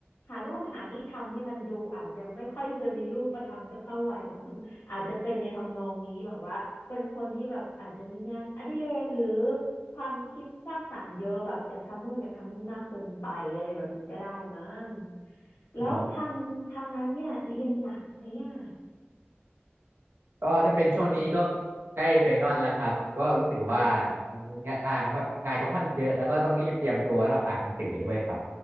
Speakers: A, on the left (about 80°); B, on the right (about 65°).
A: หานู่นหานี่ทำที่มันดูอาจจะไม่ค่อยจะมีรูปธรรมสักเท่าไหร่มั้งอาจจะเป็นในทำนองนี้แบบว่าเป็นคนที่แบบอาจจะมีงานอดิเรกหรือความคิดสร้างสรรค์เยอะแบบอยากทำนู่นอยากทำนี่มากเกินไปอะไรแบบนี้ก็ได้มั้งแล้วทางทางนั้นเนี่ยเรียนหนักไหมอ่ะ
B: ผม ก็ถ้าเป็นช่วงนี้ก็ใกล้ไฟนอลแล้วครับก็รู้สึกว่างานงานเขางานเขาค่อนเยอะแล้วก็ต้องรีบเตรียมตัวสำหรับอ่านหนังสือด้วยครับ